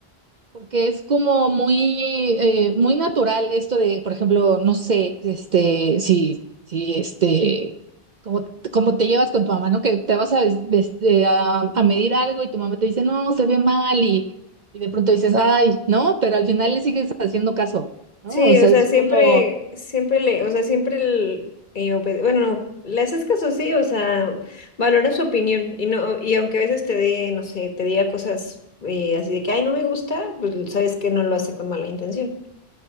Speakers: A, on the right; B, on the left.
A: porque es como muy, eh, muy natural esto de, por ejemplo, no sé, este, si, si este, como, como te llevas con tu mamá, ¿no? Que te vas a, des- des- eh, a, a medir algo y tu mamá te dice, no, se ve mal, y, y de pronto dices, ay, ¿no? Pero al final le sigues haciendo caso, ¿no?
B: Sí,
A: O sea,
B: o sea,
A: es
B: siempre,
A: como
B: siempre le, o sea, siempre el, eh, obe- bueno, le haces caso, sí, o sea, valora su opinión y no, y aunque a veces te dé, no sé, te diga cosas eh, así de que, ay, no me gusta, pues sabes que no lo hace con mala intención.